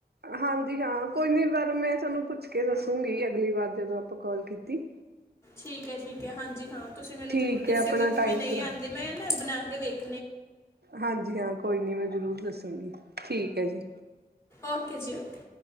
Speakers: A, on the right; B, on the left.
A: ਹਾਂਜੀ, ਹਾਂ ਕੋਈ ਨੀ ਪਰ ਮੈਂ ਤੁਹਾਨੂੰ ਪੁੱਛ ਕੇ ਦੱਸੂੰਗੀ ਅਗਲੀ ਵਾਰ ਜਦੋਂ ਆਪਾਂ ਕੌਲ ਕੀਤੀ।
B: ਠੀਕ ਹੈ- ਠੀਕ ਹੈ, ਹਾਂਜੀ -ਹਾਂ, ਤੁਸੀਂ ਮੈਨੂੰ
A: ਠੀਕ
B: ਜ਼ਰੂਰ ਦੱਸਿਓ
A: ਹੈ ਆਪਣਾ
B: ਕਿਉਂਕਿ ਮੈਂ
A: ਟਾਈਮ
B: ਨਹੀਂ
A: ਪੂਰਾ
B: ਆਂਦੀ ਮੈਂ ਨਾ ਬਣਾ ਕੇ ਵੇਖ
A: ਹਾਂਜੀ- ਹਾਂ, ਕੋਈ ਨੀ ਮੈਂ ਜ਼ਰੂਰ ਦੱਸ ਦੂਗੀ, ਠੀਕ ਹੈ ਜੀ।
B: ਓਕੇ ਜੀ ਓਕੇ।